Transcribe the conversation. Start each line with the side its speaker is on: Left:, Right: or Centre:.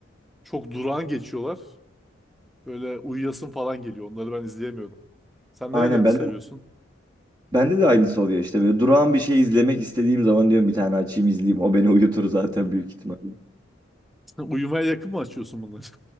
Centre: Çok durağan geçiyorlar. Böyle uyuyasın falan geliyor. Onları ben izleyemiyorum. Sen
Right: Aynen
Centre: nerelerini
Right: bende
Centre: seviyorsun?
Right: bende de aynısı oluyor işte böyle durağan bir şey izlemek istediğim zaman diyorum bir tane açayım izleyeyim. O beni uyutur zaten büyük ihtimalle.
Centre: <laughs> Uyumaya yakın mı açıyorsun bunları?